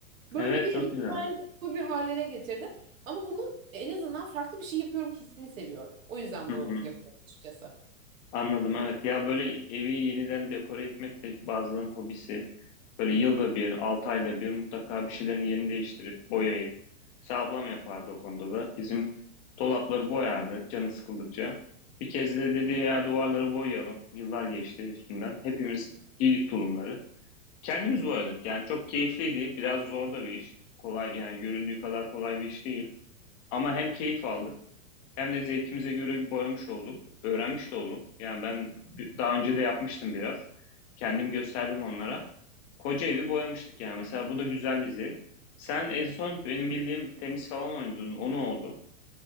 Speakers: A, on the right; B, on the left.
A: Böyle
B: Evet
A: bir
B: çok
A: ritüel
B: güzel.
A: bir haline getirdim. Ama bunu en azından farklı bir şey yapıyorum hissini seviyorum. O yüzden
B: Hı
A: bunu
B: hı.
A: yapıyorum açıkçası.
B: Anladım evet. Ya böyle evi yeniden dekore etmek de bazılarının hobisi. Böyle yılda bir, altı ayda bir mutlaka bir şeylerin yerini değiştirip boyayıp. Mesela ablam yapardı o konuda da. Bizim dolapları boyardı canı sıkıldıkça. Bir kez de dedi ya duvarları boyayalım. Yıllar geçti üstünden. Hepimiz giydik tulumları. Kendimiz boyadık. Yani çok keyifliydi. Biraz zor da bir iş. Kolay yani göründüğü kadar kolay bir iş değil. Ama hem keyif aldık. Hem de zevkimize göre boyamış olduk, öğrenmiş de olduk. Yani ben bi- daha önce de yapmıştım biraz. Kendim gösterdim onlara. Koca evi boyamıştık yani. Mesela bu da güzel bir zevk. Sen en son benim bildiğim tenis falan oynadın. O ne oldu?